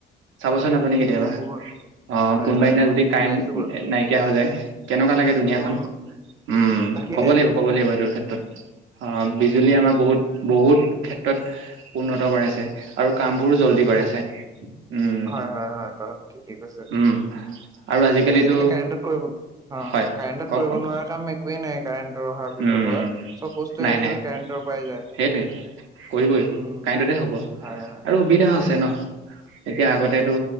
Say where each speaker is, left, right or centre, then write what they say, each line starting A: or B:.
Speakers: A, on the right; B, on the right.
A: চাবচোন আপুনি
B: একদম
A: কেতিয়াবা।
B: নকব আৰু।
A: অ'
B: হয়
A: কোনোবা
B: হয়
A: দিনা
B: মই
A: যদি
B: নিজে
A: কাৰেণ্ট
B: পাইছো বাৰু
A: না-নাইকিয়া হৈ যায়, কেনেকুৱা লাগে দুুনীয়াখন।
B: উম
A: উম,
B: তাকেহে
A: ক'ব লাগিব ক'ব লাগিব এইটোৰ ক্ষেত্ৰত, অ' বিজুলী
B: উম
A: আমাৰ বহুত বহুত ক্ষেত্ৰত উন্নত কৰাইছে আৰু কামবোৰো জল্দি
B: উম
A: কৰাইছে। উম
B: হয়, হয়, হয় কথাটো ঠিকেই কৈছে।
A: উম আৰু
B: আজি
A: আজিকালিতো
B: আজিকালি কাৰেণ্টত কৰিব, অ'
A: হয়
B: কাৰেন্টত
A: কওক
B: কৰিব
A: কওক
B: নোৱাৰা কাম একো একোৱেই নাই কাৰেণ্টটো অহাৰ পিছৰ
A: উম
B: পৰা, চব বস্তুৱে
A: নাই
B: আজিকালি
A: নাই
B: কাৰেণ্টৰ পৰাই যায়।
A: সেইটোৱে কৰিবই,
B: উম
A: কাৰেণ্টটোতে হ'ব
B: হয় হয়
A: আৰু সুবিধা হৈছে ন' এতিয়া আগতেটো
B: উম